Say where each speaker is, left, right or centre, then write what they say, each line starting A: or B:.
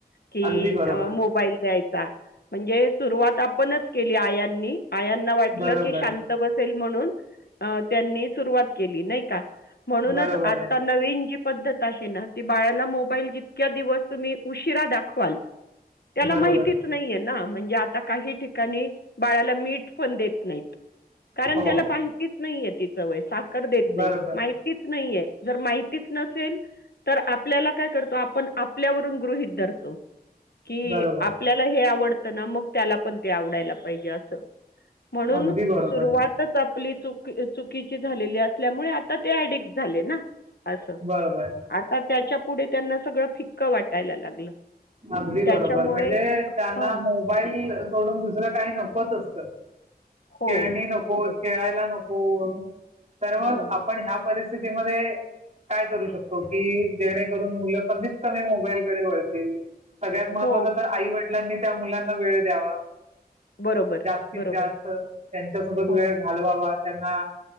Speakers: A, on the left; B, on the right.
A: कि
B: अगदी बरोबर
A: मोबाईल द्यायचा. म्हणजे सुरवात आपणच केली आया नी आयांना वाटलं
B: बरोबर
A: की शांत बसेल म्हणून, त्यांनी सुरुवात केली नाही का? म्हणूनच
B: बरोबर
A: आता
B: आहे
A: नवीन जी पद्धत आहेना, ती बाळाला मोबाईल जितक्या दिवस तुम्ही उशिरा दाखवाल त्याला
B: बरोबर
A: माहितीच नाहीये ना म्हणजे आता काही ठिकाणी, बाळाला मीठ पण देत नाहीत. कारण
B: हो
A: त्याला माहितीच नाहीये तिचं वय साखर देत नाही
B: बरोबर
A: माहितीच नाहीये... जर माहितीच नसेल तर आपल्याला काय करतो आपण आपल्यावरून गृहित धरतो.. कि
B: बरोबर
A: आपल्याला हे आवडतं ना मग त्याला पण ते आवडायला पाहिजे असं... म्हणून
B: अगदी बरोबर
A: सुरुवातच.. आपली चुकीची झालेली असल्यामुळे आता ते आडिक झाले ना अस
B: बरोबर
A: आता त्याच्या पुढे त्यांना सगळं फिक्क वाटायला लागलं....
B: अगदी बरोबर
A: त्याच्यामुळे
B: म्हणजे
A: हां.
B: त्यांना मोबाईल सोडून दुसरं काही नकोच असतं...
A: हो.
B: खेळणी नको
A: बरोबर.
B: खेळायला नको तर मग
A: हो.
B: आपण ह्या परिस्थ... स्थितीमध्ये... काय करू शकतो की जेणेकरून मुलं कमीत कमी मोबाईलकडे वळतील... सगळ्यात महत्त्वाचं
A: हो.
B: तर आई वडिलांनी त्या मुलांना वेळ द्यावा...
A: बरोबर,
B: जास्तीत
A: बरोबर.
B: जास्त त्यांच्या सोबत
A: हो.
B: वेळ घालवावा... त्यांना